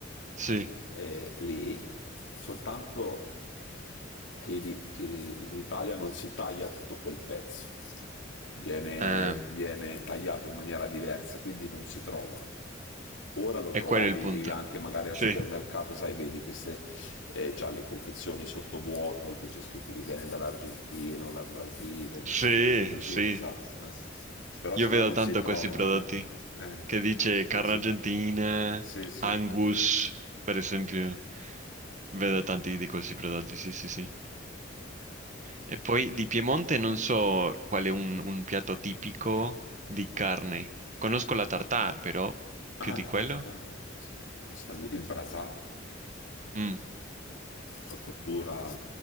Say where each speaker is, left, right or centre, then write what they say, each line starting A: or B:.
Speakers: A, on the right; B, on the left.
A: sì.
B: eh, lì, soltanto che, li- che in Italia non si taglia tutto quel pezzo, viene,
A: Ah,
B: viene tagliato in maniera diversa, quindi non si trova. Ora lo
A: e
B: trovi
A: quello è il punto.
B: anche magari al
A: Sì,
B: supermercato, sai, vedi queste eh, già le confezioni sottovuoto che c'è scritto che viene dall'Argentina, o dal Brasile,
A: sì,
B: queste cose così,
A: sì.
B: esatto. eh. Però
A: Io
B: se no
A: vedo
B: non
A: tanto
B: si trova,
A: questi prodotti
B: eh. Eh,
A: che dice
B: non
A: carne
B: si
A: argentina,
B: trova. Sì, sì.
A: Angus, per esempio. Vedo tanti di questi prodotti, sì, sì, sì. E poi di Piemonte non so qual è un, un piatto tipico di carne. Conosco la tartare, però
B: Ah,
A: più di
B: la
A: quello?
B: tartara, sì. Sbaglio- Il brasato.
A: Mm.
B: la cottura